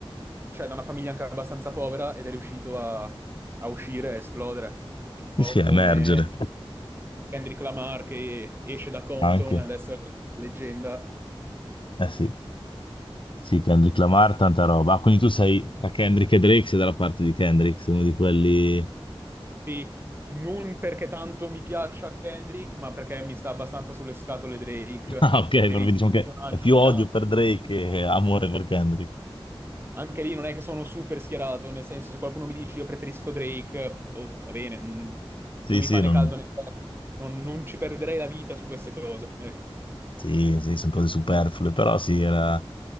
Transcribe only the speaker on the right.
cioè da una famiglia anche abbastanza povera ed è riuscito a, a uscire e esplodere, un
po'
come
Kendrick Lamar che esce da Compton,
adesso è una leggenda.
Sì, non perché tanto mi piaccia Kendrick, ma perché mi sta abbastanza sulle scatole Drake
per
il
personaggio
che
ha.
Anche lì non è che sono super schierato, nel senso se qualcuno mi dice io preferisco Drake, oh, va bene, non,
non mi
fa né
caldo né forte, non, non ci perderei la vita su queste cose, ecco.